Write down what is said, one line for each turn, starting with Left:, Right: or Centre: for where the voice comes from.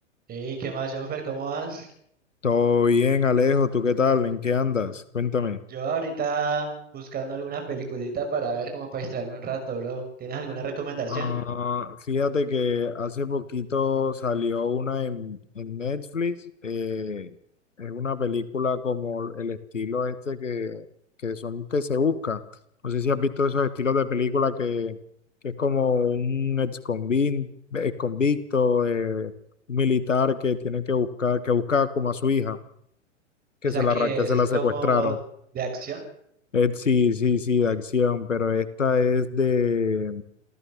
Right: Hey, ¿qué más, Jonfer? ¿Cómo vas?
Left: Todo bien, Alejo, ¿tú qué tal? ¿En qué andas? Cuéntame.
Right: Yo ahorita buscando alguna peliculita para ver como para distraerme un rato, bro. ¿Tienes alguna recomendación?
Left: Ah, fíjate que hace poquito salió una en, en Netflix. eh, es una película como el estilo este que, que son que se busca. No sé si has visto esos estilos de película que, que es como un ex convin- ex convicto, eh, un militar que tiene que buscar, que busca como a su hija,
Right: ¿Esa
Left: que se la,
Right: que
Left: ra- que
Right: es?
Left: se
Right: ¿Es
Left: la
Right: como
Left: secuestraron.
Right: de acción?
Left: Eh, sí, sí, sí, de acción, pero esta es de,